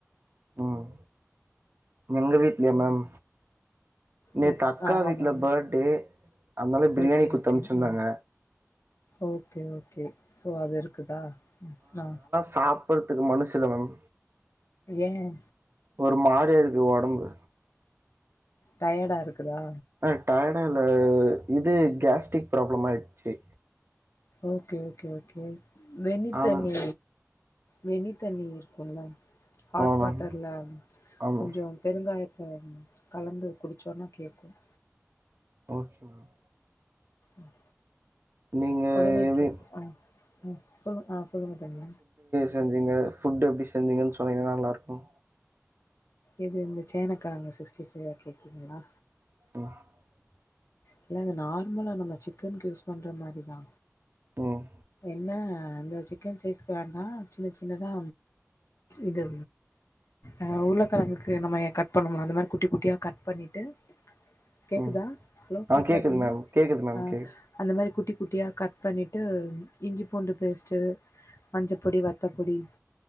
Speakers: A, on the right; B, on the left.
A: ம் எங்க வீட்லயா மேம் நேத்து
B: ஓ
A: அக்கா
B: ஆ
A: வீட்ல
B: ஆமா
A: பர்த்டே அதனால பிரியாணி
B: ஓகே
A: குத்தமிச்சுருந்தாங்க
B: ஓகே ஆ ஓகே ஓகே சோ அது இருக்குதா ம் ஆ
A: சாப்புட்றதுக்கு மனுசுல்ல மேம்
B: ஏன்
A: ஒரு மாரியா இருக்கு ஒடம்பு
B: டயர்டா இருக்குதா
A: ஆ டயர்டா இல்ல இது கேஸ்ட்ரிக் ப்ராப்ளம் ஆயிட்ச்சு
B: ஓகே ஓகே ஓகே வெந்நீ
A: ஆ
B: தண்ணி
A: மேம்
B: வெந்நீ தண்ணி இருக்கும்ல ஹாட்
A: ஆமா
B: வாட்டர்ல
A: மேம் ஆமா
B: கொஞ்சோம் பெருங்காயத்த கலந்து குடிச்சோன்னா கேக்கும்
A: ஓகே மேம்
B: ம்
A: நீங்க
B: ஒடனே
A: எப்டி
B: கேக் ஆ ம் சொல்லு ஆ சொல்லுங்க தோழி
A: செஞ்சிங்க ஃபுட் எப்டி செஞ்சீங்கன்னு சொன்னீங்கன்னா நல்லா இருக்கும்
B: இது வந்து சேனக்கழங்க சிக்ஸ்டி ஃபைவா கேக்குறீங்களா
A: <unintelligible>
B: இல்ல அது நார்மலா நம்ம சிக்கனுக்கு யூஸ் பண்ற மாரிதா
A: ம்
B: இல்ல இந்த சிக்கன் சைஸ்க்கு வேண்டா சின்ன சின்னதா இது அ உருளக்கழங்குக்கு நம்ம ஏ கட் பண்ணோம்லா அந்த மாரி குட்டி குட்டியா கட் பண்ணிட்டு கேக்குதா
A: ம்
B: ஹலோ
A: ஆ
B: கேக்குதா
A: கேக்குது
B: தம்பி
A: மேம் கேக்குது மேம்
B: ஆ
A: கேக்குது
B: அந்த மாரி குட்டி குட்டியா கட் பண்ணிட்டு இஞ்சி பூண்டு பேஸ்ட்டு மஞ்சப்பொடி வத்தப்பொடி